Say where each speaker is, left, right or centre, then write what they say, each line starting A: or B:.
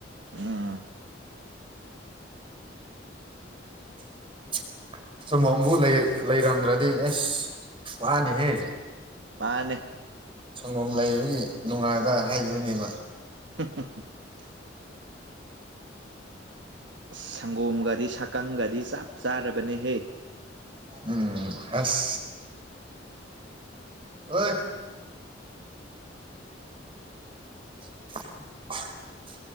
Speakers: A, on the right (about 70°); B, on the right (about 30°).
A: ꯎꯝ
B: <inaudible> ꯁꯪꯒꯣꯝꯕꯨ ꯂꯩꯔꯝꯗ꯭ꯔꯗꯤ ꯑꯦꯁ ꯋꯥꯅꯤꯍꯦ
A: ꯃꯅꯦ
B: ꯁꯪꯒꯣꯝ ꯂꯩꯕꯒꯤ ꯅꯨꯡꯉꯥꯏꯕ ꯍꯥꯏꯗꯨꯅꯅꯦꯕ
A: <unintelligible> ꯁꯪꯒꯣꯝꯒꯗꯤ ꯁꯛꯀꯪꯒꯗꯤ ꯆꯞ ꯆꯥꯔꯕꯅꯤꯍꯦ
B: ꯎꯝ ꯑꯁ ꯑꯣꯏ <unintelligible>